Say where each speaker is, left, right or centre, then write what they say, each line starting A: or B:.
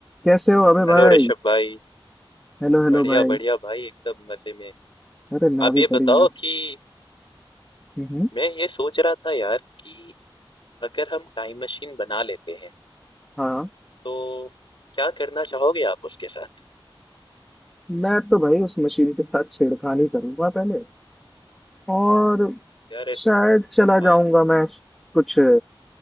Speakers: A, in the centre; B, on the left.
A: कैसे हो अबे
B: Hello
A: भाई
B: Rishabh भाई
A: हेलो हेलो
B: बढ़िया
A: भाई
B: बढ़िया भाई एकदम मजे में
A: अरे मैं
B: आप
A: भी
B: ये बताओ
A: बढ़िया
B: कि
A: हम्म
B: मैं ये सोच रहा था यार कि अगर हम टाइम मशीन बना लेते हैं
A: हाँ
B: तो क्या करना चाहोगे आप उसके साथ
A: मैं तो भाई उस मशीन के साथ छेड़खानी करूंगा पहले और
B: यार ऐस-
A: शायद चला
B: हाँ
A: जाऊंगा मैं कुछ